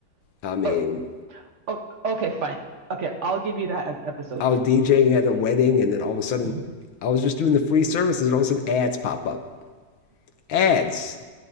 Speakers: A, on the left; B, on the right.
A: I mean,
B: Oh, oh, okay, fine. Okay, I'll give you that ep- episode.
A: I was DJing at a wedding, and then all of a sudden,
B: <laughs>
A: I was just doing the free services, and all of a sudden, ads pop up. Ads,